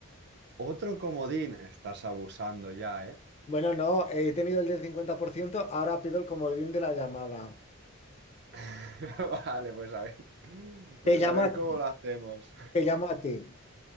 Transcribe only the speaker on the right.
Otro comodín, estás abusando ya, ¿eh?
<laughs> Vale, pues a ver, pues
a ver
cómo
lo hacemos.